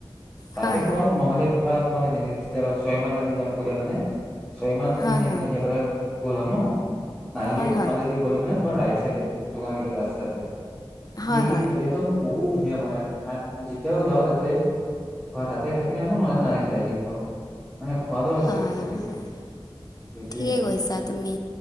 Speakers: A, on the left; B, in the centre.
A: হয়
B: তাতে
A: হয়
B: খাওঁ নহ'লে বা তোমাৰ যে যেতিয়াবা ছয়মাৰ পানী যা গোলে মানে চয়মাৰ তুমি
A: হয় হয়
B: যে পৰা গ'লা ন? নাৰংগী
A: হয় হয়
B: ফালদি গ'লে মানে তোমাৰ ৰাইট চাইডে দোকান গিলক আছে তাতে
A: হয়
B: সেইখিনি
A: হয় হয়
B: এৰিয়াটো বহুত ধুনীয়া বনাই যেতিয়াও যাওঁ তাতে বা তাতে খাই কিনি নহলে নাৰেংগীট আহি খাওঁ। মানে সোৱাদো আছে
A: হয়
B: বেছিকে সেইটোৱে
A: ঠিকেই
B: আৰু।
A: কৈছা তুমি